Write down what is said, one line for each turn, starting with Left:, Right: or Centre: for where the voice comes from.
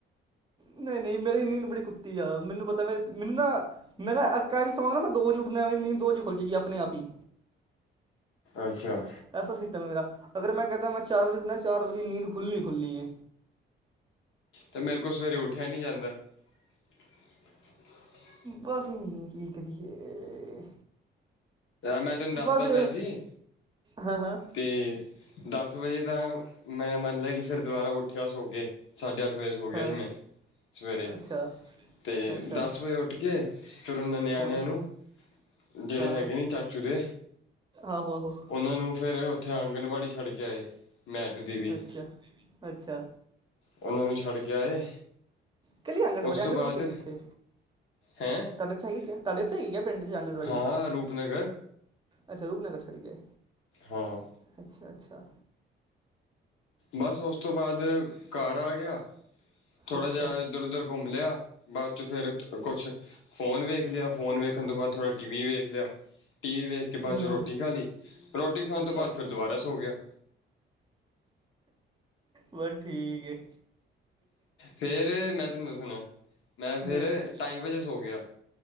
Right: ਨਹੀਂ-ਨਹੀਂ ਮੇਰੀ ਨੀਂਦ ਬੜੀ ਕੁੱਤੀ ਆ,,, ਮੈਨੂੰ ਪਤਾ, ਮੈਨੂੰ ਨਾ! ਮੇਰਾ ਇਸ ਤਰ੍ਹਾਂ ਸੌਂਗ ਨਾ, ਮੈਂ ਦੋਜ਼ ਉੱਠਦਾ ਮੇਰੀ ਨੀਂਦ ਦੋ ਵੱਜੇ ਖੁੱਲ ਜਾਗੀ, ਆਪਣੇ ਆਪ ਹੀ।
Left: ਅੱਛਾ!
Right: ਐਸਾ ਸਿਸਟਮ ਮੇਰਾ, ਅਗਰ ਮੈਂ ਕਹਿੰਦਾ, ਮੈਂ ਚਾਰ ਵਜੇ ਉੱਠਣਾ, ਚਾਰ ਵੱਜੇ ਨੀਂਦ ਖੁੱਲਣੀ ਹੀ ਖੁੱਲਣੀ ਹੈ।
Left: ਤੇ ਮੇਰੇ ਕੋਲ, ਸਵੇਰੇ ਉੱਠਿਆ ਨਹੀਂ ਜਾਂਦਾ। <inaudible>
Right: ਬਸ,,,, ਕੀ ਕਰੀਏ?
Left: ਮੈਂ ਤੈਨੂੰ ਦੱਸਦਾ
Right: ਬਸ,
Left: ਪਿਆ ਸੀ
Right: ਹੈ ਹਾਂ!
Left: ਤੇ ਦਸ ਵਜੇ ਤਾਂ ਮੈਂ ਮੰਨ ਲਿਆ, ਕਿ ਫਿਰ ਦੁਬਾਰਾ ਉੱਠਿਆ ਸੌ ਕੇ। ਸਾਢੇ ਅੱਠ ਵਜੇ ਸੌ ਗਿਆ
Right: ਹਾਂ
Left: ਹੀ। ਮੈਂ ਸਵੇਰੇ!
Right: ਅੱਛਾ
Left: ਤੇ
Right: ਅੱਛਾ
Left: ਦਸ ਵਜੇ ਉੱਠ ਕੇ, ਫਿਰ ਉਹਨਾਂ ਨਿਆਣਿਆਂ
Right: ਹਾਂ
Left: ਨੂੰ ਜਿਹੜੇ
Right: ਹਾਂ
Left: ਹੈਗੇ ਨੇ, ਚਾਚੂ ਦੇ,
Right: ਆਹੋ ਆਹੋ
Left: ਉਹਨਾਂ ਨੂੰ ਫੇਰ ਉੱਥੇ ਆਂਗਨਵਾੜੀ ਛੱਡ ਕੇ ਆਏ। ਮੈਂ ਤੇ ਦੀਦੀ ਵੀ,
Right: ਅੱਛਾ ਅੱਛਾ
Left: ਉਹਨਾਂ ਨੂੰ ਛੱਡ ਕੇ ਆਏ।
Right: ਕਿਹੜੀ ਆਂਗੜਵਾੜੀ,
Left: ਉਸ
Right: ਆਂਗੜਵਾੜੀ
Left: ਤੋਂ ਬਾਅਦ
Right: ਕਿਹੜੀ ਇੱਥੇ,
Left: ਹੈਂ
Right: ਤੁਹਾਡੇ ਇੱਥੇ ਹੈਗੇ ਕਿ? ਤੁਹਾਡੇ ਉੱਥੇ ਹੈ ਗੀ ਆ ਪਿੰਡ ਚ ਆਂਗਣਵਾੜੀ?
Left: ਹਾਂ ਰੂਪਨਗਰ
Right: ਅੱਛਾ ਰੂਪਨਗਰ ਛੱਡ ਆਏ।
Left: ਹਾਂ!
Right: ਅੱਛਾ -
Left: ਬਸ ਉਸ ਤੋਂ ਬਾਅਦ ਘਰ ਆ ਗਿਆ। ਥੋੜਾ
Right: ਅੱਛਾ
Left: ਜਿਹਾ ਇੱਧਰ ਉੱਧਰ ਘੁੰਮ ਲਿਆ, ਬਾਅਦ ਚ ਫੇਰ, ਕੁਛ ਫੋਨ ਵੇਖ ਲਿਆ, ਫੋਨ ਵੇਖਣ ਤੋਂ ਬਾਅਦ, ਥੋੜਾ ਟੀਵੀ ਵੇਖ ਲਿਆ। ਟੀ ਵੀ ਵੇਖ ਕੇ, ਬਾਅਦ
Right: ਹੂੰ
Left: ਚੋਂ ਰੋਟੀ ਖਾ ਲਈ। ਰੋਟੀ ਖਾਣ
Right: ਅੱਛਾ
Left: ਤੋਂ ਬਾਅਦ ਫਿਰ ਦੁਬਾਰਾ ਸੌ ਗਿਆ।
Right: ਬਸ ਠੀਕ ਏ!
Left: ਫੇਰ,, ਮੈਂ ਤੈਨੂੰ ਦੱਸਣਾ! ਮੈਂ ਫਿਰ
Right: ਹੂੰ
Left: ਢਾਈ ਵਜੇ ਸੌ ਗਿਆ।